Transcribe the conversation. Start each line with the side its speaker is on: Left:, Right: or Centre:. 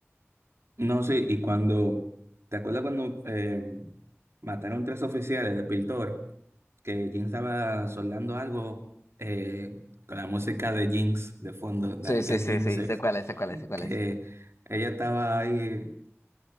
Right: No, sí, y cuando, ¿te acuerdas cuando eh, mataron tres oficiales de Piltover? que Jinx estaba soldando algo eh, con la música de Jinx de fondo, la
Left: Sí,
Right: de
Left: sí,
Right: Get
Left: sí,
Right: Jinxes,
Left: sí. Sé cuál es, sé cuál es, sé cuál
Right: que
Left: es.
Right: ella estaba ahí.